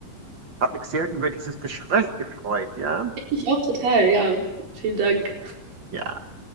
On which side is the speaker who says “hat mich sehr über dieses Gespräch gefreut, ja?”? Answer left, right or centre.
Right